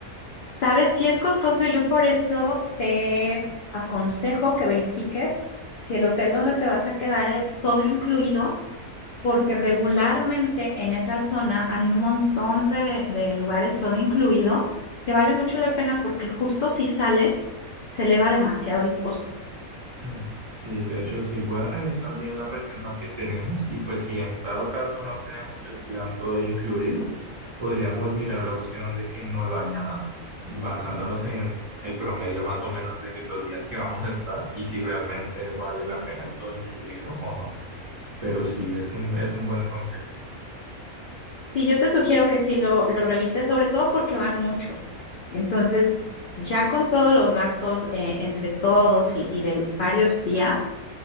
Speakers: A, on the left (about 75°); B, on the right (about 35°).
A: Sabes, si es costoso, yo por eso te aconsejo que verifiques si el hotel donde te vas a quedar es todo incluido, porque regularmente en esa zona hay un montón de, de lugares todo incluido que vale mucho la pena porque justo si sales, se eleva demasiado el costo.
B: Mm, sí, de hecho sí, voy a revisar bien la reserva que tenemos y pues si en dado caso no tenemos el plan todo incluido, podríamos mirar la opción de que no lo añada, basándonos en el promedio más o menos de los días que vamos a estar y si realmente vale la pena el todo incluido o no. Pero sí, es un, es un buen consejo.
A: Sí, yo te sugiero que sí lo, lo revises, sobre todo porque van muchos. Entonces, ya con todos los gastos eh, entre todos y, y de varios días,